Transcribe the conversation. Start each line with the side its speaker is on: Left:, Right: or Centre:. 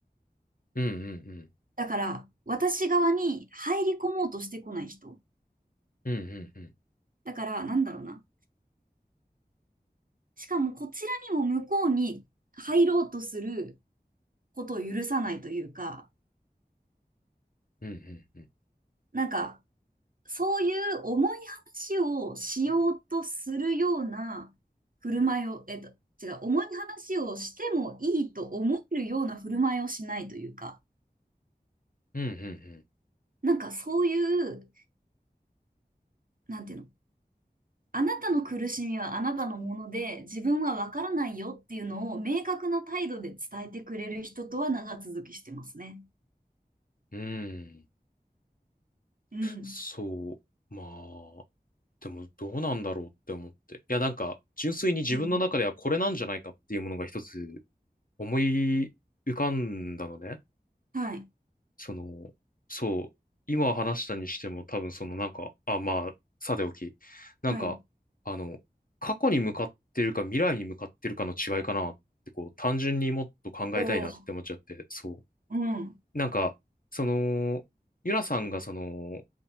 Left: うんうんうん。
Right: だから、私側に入り込もうとしてこない人。
Left: うんうんうん
Right: だから、なんだろうな。しかも、こちらにも向こうに入ろうとすることを許さないというか、
Left: うんうん
Right: なんか、そういう重い話をしようとするような振る舞いを、えっと、違う、重い話をしてもいいと思えるような振る舞いをしないというか、
Left: うんうん
Right: なんかそういう、なんていうの、あなたの苦しみはあなたのもので、自分はわからないよっていうのを明確な態度で伝えてくれる人とは長続きしてますね。
Left: うんうん
Right: うん。
Left: そうまあでもどうなんだろうって思っていやなんか純粋に自分の中ではこれなんじゃないかっていうものが一つ
Right: うん。
Left: 思い浮かんだのね
Right: はい。
Left: そのそう今話したにしても多分そのなんかあまあさておきなんかあの過去に向かってるか未来に向かってるかの違いかなってこう単純にもっと考えたいなって思っちゃってそう
Right: はい。おお。うん。
Left: なんか、その、ゆらさんがその、